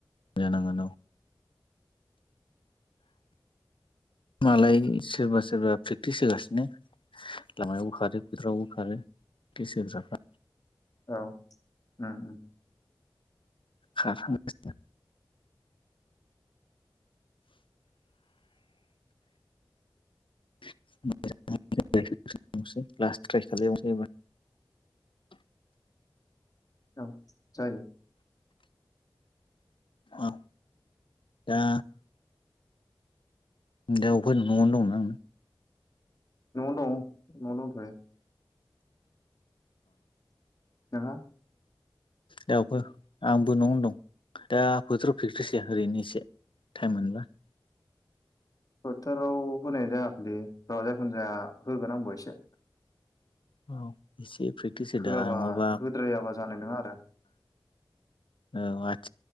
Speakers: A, on the left; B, on the left.
A: जानांगोन औ। मालाय सोरबा सोरबा प्रेक्टिस होगासिनो लामायावबो खारो फोथारावबो खारो गोसो होग्राफ्रा।
B: औ उम उम
A: खाखां गासिनो <unintelligible>
B: औ जागोन।
A: अ दा। <unintelligible> नगावगनो दं नों?
B: न'आवनो दं न'आवनो दंथयो। नोंहा?
A: दाउफो आंबो न'आवनो दं दा फोथोराव फेकट्रिस फोया ओरैनो एसे टाइम मोनबा।
B: फोथाराव होनाय जायाखैैलै र जिखुनु जाया होगोन आंबो एसे।
A: औ एसे। प्रेक्टिस होदो
B: होआबा
A: नङाबा
B: होद्रायाबा जानाय नङा आरो
A: औ आ